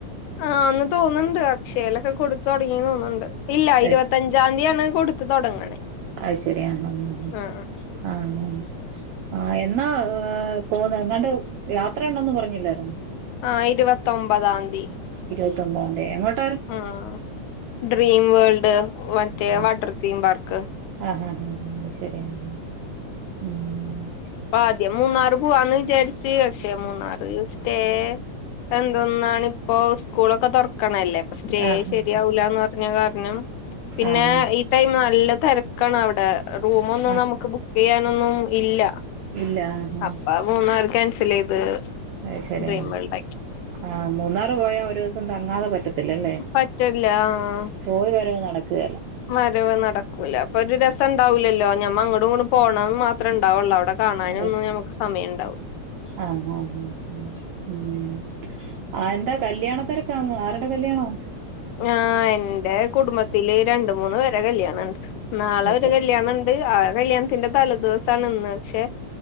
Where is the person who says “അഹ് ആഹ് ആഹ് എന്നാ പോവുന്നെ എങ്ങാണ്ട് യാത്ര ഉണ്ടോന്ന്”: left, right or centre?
Right